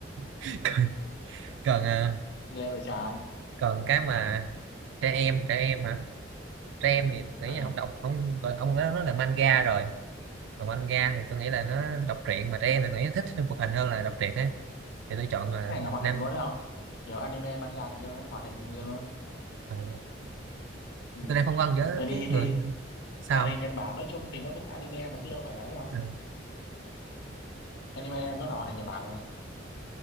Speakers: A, on the right; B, on the left.
A: <laughs> còn còn, à,
B: ghê vậy trái
A: còn cái mà trẻ em trẻ em hả trẻ em thì tôi nghĩ
B: ừ
A: là không đọc không gọi- ông đó nó là manga rồi còn manga thì tôi nghĩ là nó đọc truyện mà trẻ em thì tôi nghĩ thích phim hoạt hình hơn là đọc truyện ấy thì tôi chọn là
B: cái này là hoạt
A: nam
B: hình luôn đấy không kiểu anime manga này kia nó hoạt hình này kia luôn á.
A: ờ,
B: Ừ.
A: tôi đang phân vân với
B: tại vì
A: cái người
B: thì
A: sao
B: hoạt hình Nhật Bản nói chung thì nó cũng là anime mà chứ đâu phải là ấy đâu
A: Ờ,
B: anime nó là hoạt hình Nhật Bản mà